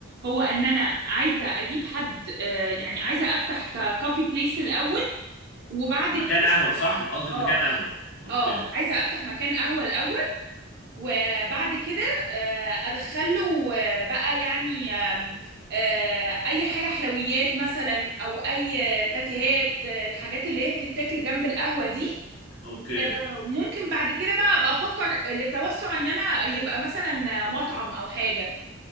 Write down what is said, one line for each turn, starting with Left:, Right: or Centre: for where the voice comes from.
Right: هو ان انا عايزه اجيب حد آه، يعني عايزه افتح كافي بليس الاول وبعد
Left: مكان
Right: كده
Left: قهوه صح قصدك مكان
Right: اه
Left: قهوه اوكي
Right: اه عايزه افتح مكان قهوه الاول وبعد كده آه، ادخله آه، بقى يعني آم، آه، اي حاجه حلويات مثلا او اي آه، باتيهات آه، الحاجات اللي هي بتتاكل جنب القهوه دي
Left: اوكي
Right: وممكن بعد كده بقى ابقى افكر للتوسع ان انا يبقى مثلا مطعم او حاجه